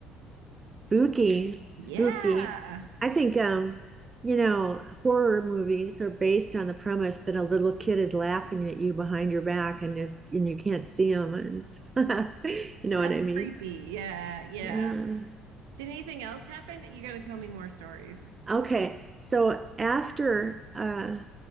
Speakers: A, on the right; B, on the right.
A: Spooky,
B: Yeah,
A: spooky. I think um, you know, horror movies are based on the premise that a little kid is laughing at you behind your back and is and you can't see them. and <laughs> you know
B: that's
A: what I mean?
B: creepy. Yeah, yeah.
A: Yeah.
B: Did anything else happen? You got to tell me more stories.
A: Okay. So after uh